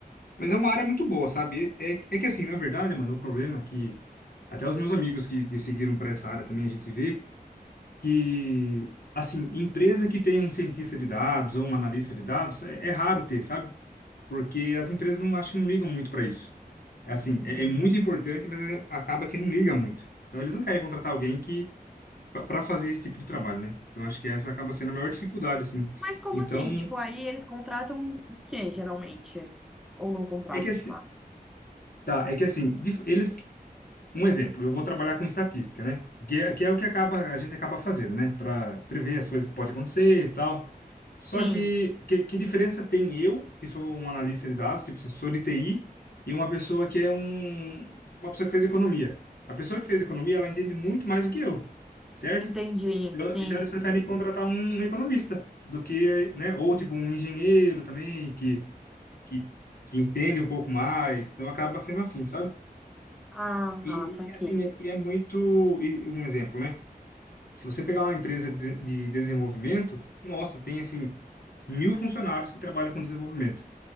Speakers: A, on the left (about 70°); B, in the centre.
A: Mas é uma área muito boa, sabe? É, é é que assim, na verdade, mano, o problema é que até os meus amigos que, que seguiram para essa área também a gente vê. que, assim, empresa que tem um cientista de dados ou um analista de dados, é, é raro ter, sabe? Porque as empresas não acho que não ligam muito para isso. É assim, é, é muito importante, mas é- acaba que não liga muito. Então eles não querem contratar alguém que para fazer esse tipo de trabalho, né? Então acho que essa acaba sendo a maior dificuldade, assim.
B: Mas como
A: Então,
B: assim? Tipo, aí eles contratam o quê, geralmente? Ou não contratam,
A: é que assim,
B: de fato?
A: tá, é que assim, dif- eles Um exemplo, eu vou trabalhar com estatística, né? Que é, que é o que acaba, a gente acaba fazendo, né? Para prever as coisas que podem acontecer e tal. Só
B: Sim,
A: que, que que diferença tem eu, que sou um analista de dados, tipo, assim, sou de TI, e uma pessoa que é um, uma pessoa que fez economia? A pessoa que fez economia, ela entende muito mais do que eu, certo?
B: entendi,
A: Então,
B: sim.
A: então eles preferem contratar um, um economista do que, né? Ou tipo um engenheiro também que, que, que entende um pouco mais. Então acaba sendo assim, sabe?
B: Ah,
A: E,
B: saquei.
A: e, assim, é- e é muito. e um exemplo, né? Se você pegar uma empresa de de desenvolvimento, nossa, tem assim, mil funcionários que trabalham com desenvolvimento.